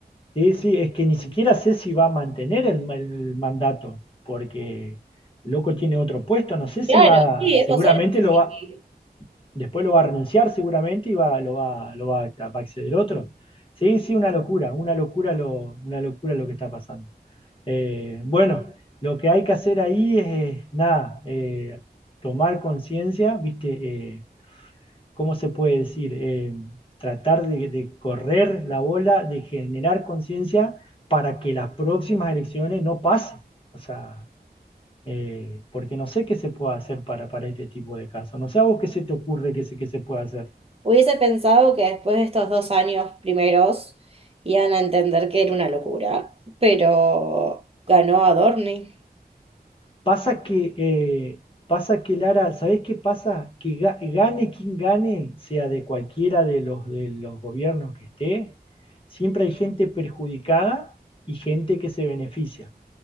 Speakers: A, on the left; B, on the right.
A: sí, sí, es que ni siquiera sé si va a mantener el, ma- el mandato, porque Loco tiene otro puesto, no sé si
B: Claro,
A: va,
B: sí,
A: seguramente
B: es posible.
A: lo va,
B: sí.
A: después lo va a renunciar seguramente y va, lo va, lo va, a- va a acceder otro. Sí, sí, una locura, una locura lo, una locura lo que está pasando. Eh, bueno, lo que hay que hacer ahí es, eh, nada, eh, tomar conciencia, ¿viste? Eh, ¿cómo se puede decir? Eh, tratar de, de correr la bola, de generar conciencia para que las próximas elecciones no pasen. O sea, eh, porque no sé qué se puede hacer para, para este tipo de casos. No sé a vos qué se te ocurre que se, que se puede hacer.
B: Hubiese pensado que después de estos dos años primeros iban a entender que era una locura, pero ganó Adorni.
A: Pasa que, eh, pasa que Lara, ¿sabés qué pasa? Que ga- gane quien gane, sea de cualquiera de los, de los gobiernos que esté, siempre hay gente perjudicada y gente que se beneficia.